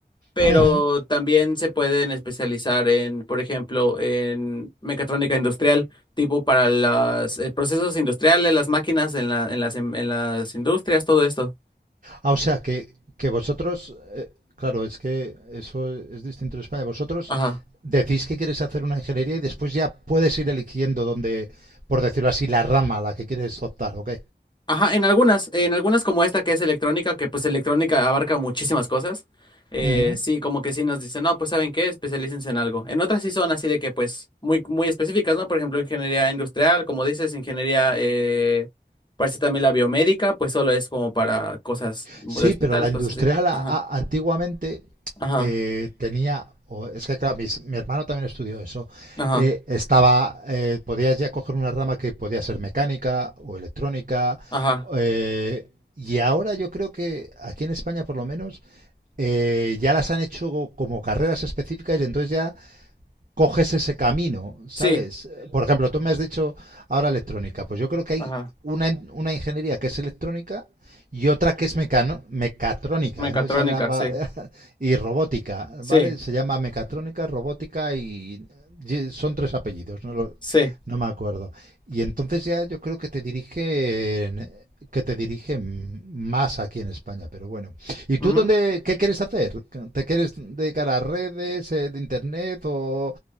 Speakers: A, on the left; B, on the right.
A: pero
B: Ujú.
A: también se pueden especializar en, por ejemplo, en mecatrónica industrial, tipo para los procesos industriales, las máquinas en la- en las, en las industrias, todo esto.
B: Ah, o sea, que, que vosotros, eh, claro, es que eso es distinto en España. Vosotros
A: Ajá.
B: decís que quieres hacer una ingeniería y después ya puedes ir eligiendo dónde, por decirlo así, la rama a la que quieres optar, ¿ok?
A: Ajá, en algunas, en algunas como esta que es electrónica, que pues electrónica abarca muchísimas cosas. eh,
B: Ujú.
A: sí, como que sí nos dicen, no, pues ¿saben qué? Especialícense en algo. En otras sí son así de que pues muy, muy específicas, ¿no? Por ejemplo, ingeniería industrial, como dices, ingeniería, eh, parece también la biomédica, pues solo es como para cosas de
B: Sí,
A: hospitales,
B: pero la industrial
A: cosas así.
B: a-
A: Ajá,
B: a- antiguamente
A: ajá,
B: eh, tenía, o es que claro, mis- mi hermano también estudió eso,
A: ajá,
B: eh, estaba, eh, podías ya coger una rama que podía ser mecánica o electrónica,
A: ajá.
B: eh, y ahora yo creo que aquí en España por lo menos eh, ya las han hecho como carreras específicas y entonces ya coges ese camino, ¿sabes?
A: Sí,
B: Por ejemplo, tú me has dicho ahora electrónica, pues yo creo que hay
A: ajá.
B: una, en- una ingeniería que es electrónica y otra que es mecano- mecatrónica,
A: Mecatrónica,
B: que no me sale la palabra,
A: sí,
B: <laughs> y robótica,
A: sí,
B: ¿vale? Se llama mecatrónica, robótica y y son tres apellidos, no lo-
A: sí.
B: no me acuerdo. Y entonces ya yo creo que te dirigen que te dirigen más aquí en España, pero bueno. ¿Y tú
A: ujú.
B: dónde, qué quieres hacer? ¿Te quieres dedicar a redes, eh, de internet o,